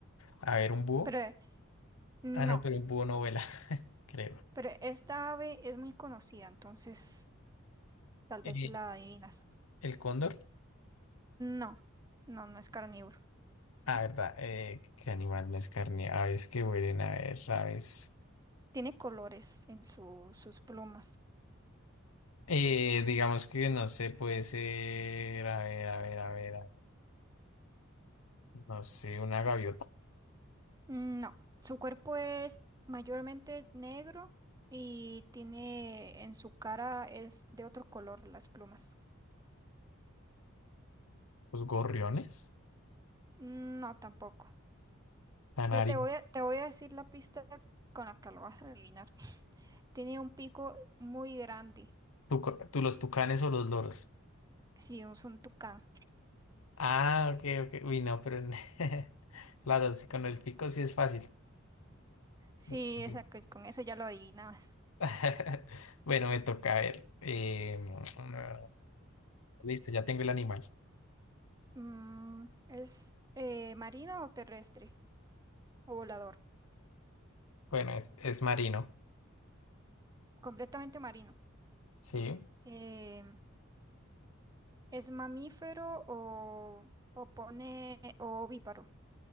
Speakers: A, on the left; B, on the right.
A: A ver, ¿un búho?
B: Pero eh, no,
A: Ah, no, pero un búho no vuela, <laughs> creo.
B: pero esta ave es muy conocida, entonces tal
A: Eh,
B: vez si la adivinas.
A: el cóndor.
B: No, no, no es carnívoro.
A: Ah, verdad. Eh, ¿qué animal no es carne? Aves que vuelen a ver, aves.
B: Tiene colores en su- sus plumas.
A: Eh, digamos que no sé, puede ser. A ver, a ver, a ver. a- No sé, una gaviota.
B: No, su cuerpo es mayormente negro y tiene en su cara es de otro color las plumas.
A: Los gorriones.
B: No, tampoco.
A: Canarios.
B: Ya te voy a, te voy a decir la pista con la que lo vas a adivinar. <laughs> Tiene un pico muy grande.
A: tuca- tú, los tucanes o los loros.
B: Sí, es un tucán.
A: Ah, ok, ok. Uy, no, pero. en- <laughs> Claro, sí, con el pico sí es fácil.
B: Sí,
A: Ok.
B: esa, que- con eso ya lo adivinabas.
A: <laughs> Bueno, me toca a ver. Em, <tsk> listo, ya tengo el animal.
B: Mm, ¿es eh, marino o terrestre? ¿O volador?
A: Bueno, es, es marino.
B: Completamente marino.
A: Sí.
B: Em, ¿es mamífero o, o pone o ovíparo?